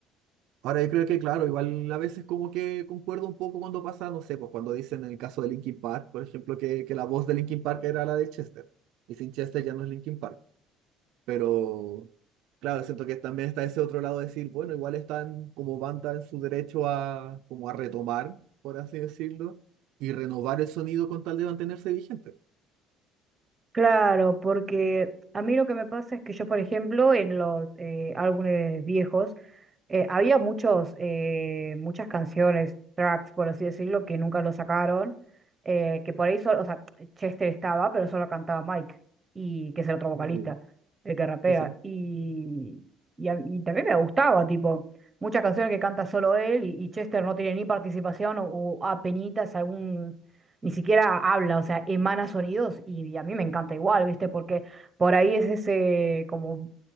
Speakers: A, on the right (about 70°); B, on the right (about 15°).
A: Ahora yo creo que, claro, igual a veces como que concuerdo un poco cuando pasa, no sé, pues cuando dicen en el caso de Linkin Park, por ejemplo, que, que la voz de Linkin Park era la de Chester. Y sin Chester ya no es Linkin Park. Pero claro, siento que también está ese otro lado de decir, bueno, igual están como banda en su derecho a, como a retomar, por así decirlo, y renovar el sonido con tal de mantenerse vigente.
B: Claro, porque a mí lo que me pasa es que yo, por ejemplo, en los eh, álbumes viejos, eh, había muchos, eh, muchas canciones, tracks, por así decirlo, que nunca lo sacaron, eh, que por ahí solo, o sea, Chester estaba, pero solo cantaba Mike, y que es el otro vocalista,
A: Ah, ya.
B: el que rapea,
A: Sí, sí.
B: y, y, a- y también me gustaba, tipo, muchas canciones que canta solo él, y, y Chester no tiene ni participación, o, o apenitas algún ni siquiera habla, o sea, emana sonidos y, y a mí me encanta igual, ¿viste? Porque por ahí es ese como,